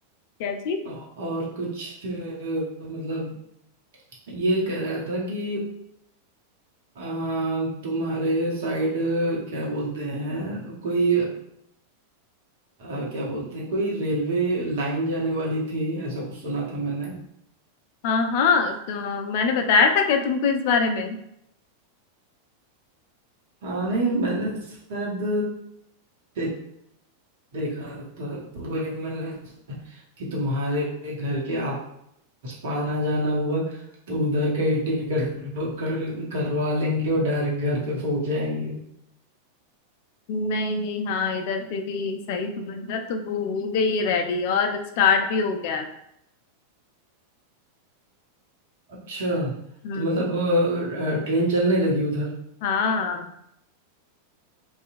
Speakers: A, on the left; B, on the right.
A: क्या जी
B: और कुछ अ, मतलब ये कह रहा था कि अ, तुम्हारे साइड क्या बोलते हैं कोई अ, क्या बोलते हैं कोई रेलवे लाइन जाने वाली थी ऐसा कुछ सुना था मैंने
A: हाँ हाँ तो मैंने बताया था क्या तुमको इस बारे में
B: हाँ नहीं मैंने शायद दे- देखा था तो वही मैंने कि तुम्हारे घर के आसपास ना जाना हुआ तो उधर का ही टिकट बुक कर, करवा लेंगे और डायरेक्ट घर पे पहुंच जाएंगे
A: नहीं नहीं हाँ इधर से भी सही समझा तो वो हो गई है रेडी और स्टार्ट भी हो गया है
B: अच्छा
A: हम्म
B: तो मतलब अ, अ, ट्रेन चलने लगी उधर
A: हाँ